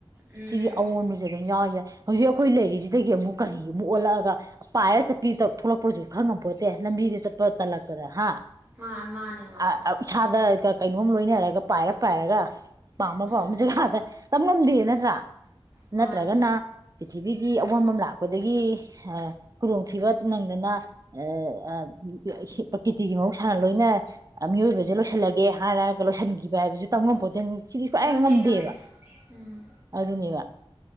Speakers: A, on the right; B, on the right.
A: ꯎꯝ
B: ꯁꯤꯒꯤ ꯑꯑꯣꯟꯕꯁꯦ ꯑꯗꯨꯝ ꯌꯥꯎꯋ ꯌꯥꯏ ꯍꯧꯖꯤꯛ ꯑꯩꯈꯣꯏ ꯂꯩꯔꯤꯁꯤꯗꯒꯤ ꯑꯃꯨꯛ ꯀꯔꯤ ꯑꯃꯨꯛ ꯑꯣꯜꯂꯛꯑꯒ ꯄꯥꯏꯔ ꯆꯠꯄꯤ ꯊꯣꯛꯂꯛꯄꯁꯨ ꯈꯪꯉꯝꯄꯣꯠꯇꯦ ꯂꯝꯕꯤꯗ ꯆꯠꯄ ꯇꯂꯛꯇꯅ ꯍꯥ
A: ꯃꯥ ꯃꯥꯅꯦ ꯃꯥꯅꯦ
B: ꯑ ꯏꯁꯥꯗ ꯀ ꯀꯩꯅꯣꯝ ꯂꯣꯏꯅꯔꯒ ꯄꯥꯏꯔ ꯄꯥꯏꯔꯒ ꯄꯥꯝꯃ
A: ꯎꯝ
B: ꯄꯥꯝꯕ ꯖꯒꯥꯗ ꯇꯝꯉꯝꯗꯦ ꯅꯠꯇ꯭ꯔꯥ
A: ꯃꯥꯅꯦ
B: ꯅꯠꯇ꯭ꯔꯒꯅ ꯄ꯭ꯊꯤꯕꯤ ꯒꯤ ꯑꯑꯣꯟꯕꯝ ꯂꯥꯛꯄꯗꯒꯤ ꯈꯨꯗꯣꯡꯊꯤꯕ ꯅꯪꯗꯅ ꯑ ꯑ ꯄ꯭ꯔꯀꯤꯇꯤꯒꯤ ꯃꯍꯧꯁꯥꯅ ꯂꯣꯏꯅ ꯃꯤꯑꯣꯏꯕꯁꯦ ꯂꯣꯏꯁꯤꯜꯂꯒꯦ ꯍꯥꯏꯔꯒ ꯂꯣꯏꯟ ꯍꯥꯏꯕꯁꯨ ꯇꯝꯉꯝꯄꯣꯠꯇꯦ ꯁꯤꯗꯤ ꯁꯏ
A: ꯉꯝꯗꯦ
B: ꯉꯝꯗꯦꯕ
A: ꯉꯝꯗꯦ ꯎꯝ
B: ꯑꯗꯨꯅꯦꯕ